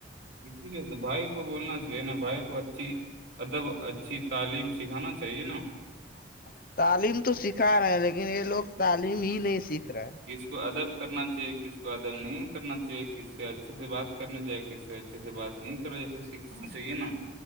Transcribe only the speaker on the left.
اچ <inaudible> تعلیم تو سکھا رہے ہیں لیکن یہ لوگ تعلیم ہی نہیں سیکھ رہے